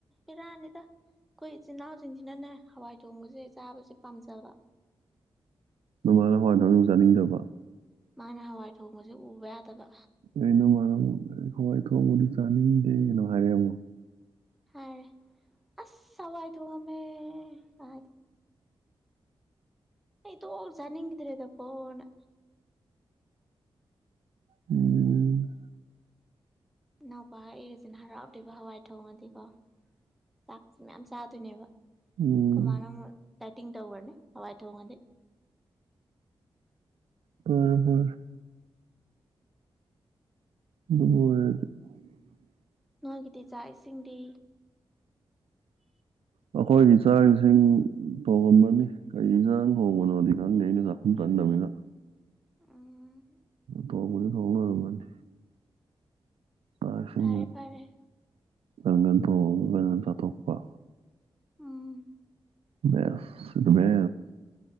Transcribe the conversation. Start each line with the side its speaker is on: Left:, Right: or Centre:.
Centre: ꯏꯔꯥꯅꯤꯗ ꯑꯩꯈꯣꯏ ꯏꯆꯤꯜ ꯏꯅꯥꯎꯁꯤꯡꯁꯤꯅꯅꯦ ꯍꯋꯥꯏ ꯊꯣꯡꯕꯁꯦ ꯆꯥꯕꯁꯦ ꯄꯥꯝꯖꯕ
Right: ꯅꯃꯥꯏꯒ ꯍꯣꯏ ꯅꯖꯥꯠꯅꯤꯡꯗꯕ
Centre: ꯃꯥꯅ ꯍꯋꯥꯏ ꯊꯣꯡꯁꯦ ꯎꯕ ꯌꯥꯗꯕ
Right: ꯑꯩꯅ ꯃꯔꯝ ꯍꯋꯥꯏ ꯊꯣꯡꯑꯕꯗꯤ ꯆꯥꯅꯤꯡꯉꯗꯦ ꯀꯩꯅꯣ ꯍꯥꯏꯔꯦꯃꯣ
Centre: ꯍꯥꯏꯔꯦ ꯑꯁ ꯁꯋꯥꯏ ꯊꯃꯦ ꯑ ꯇꯣ ꯆꯥꯅꯤꯡꯒꯗ꯭ꯔꯦꯗ ꯐꯅ
Right: ꯎꯝ
Centre: ꯏꯅꯥꯎꯄꯥꯏꯒꯁꯤꯅ ꯍꯔꯥꯎꯗꯦꯕ ꯍꯋꯥꯏ ꯊꯣꯡꯉꯗꯤꯀꯣ ꯆꯥꯛꯁ ꯃꯌꯥꯝ ꯆꯥꯗꯣꯏꯅꯦꯕ
Right: ꯎꯝ
Centre: ꯀꯃꯥꯏꯅ ꯇꯥꯏꯇꯤꯡ ꯇꯔꯅꯦ ꯍꯋꯥꯏ ꯊ ꯍꯥꯎ ꯃ
Right: ꯍ ꯍꯣ ꯍꯣꯏ ꯑꯗꯨ
Centre: ꯅꯒꯤꯗꯤ ꯆꯥꯛ ꯏꯁꯤꯡꯗꯤ ꯎꯝ
Right: ꯑꯩꯈꯣꯏꯒꯤ ꯆꯥꯛ ꯏꯁꯤꯡ ꯊꯣꯡꯉꯝꯕꯅꯤ ꯀꯔꯤ ꯆꯥꯡ ꯊꯣꯡꯕꯅꯣꯗꯤ ꯈꯪꯗꯦ ꯑꯩꯅ ꯆꯥꯛꯈꯨꯝ ꯀꯗꯃꯤꯅ
Centre: ꯎ
Right: ꯇꯕꯨ ꯊꯅꯤ ꯇꯥꯏꯁꯤꯡ
Centre: ꯐꯔꯦ ꯐꯔꯦ
Right: ꯉꯪꯒꯗꯣ ꯉꯗ ꯊꯣꯛꯞꯄ
Centre: ꯎꯝ
Right: ꯃ ꯁꯤꯃꯦ